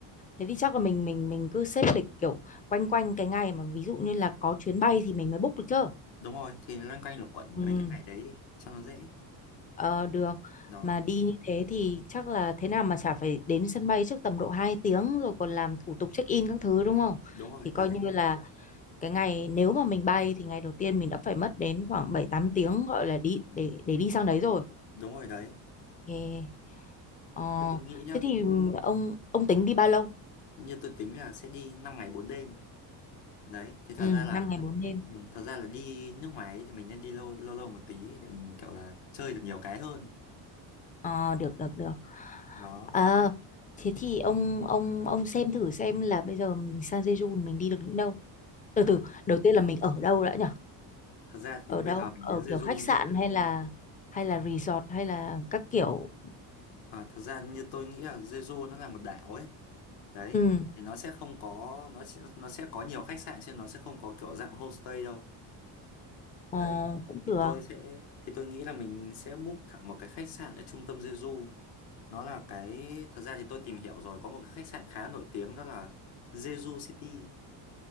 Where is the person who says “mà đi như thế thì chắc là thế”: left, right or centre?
Left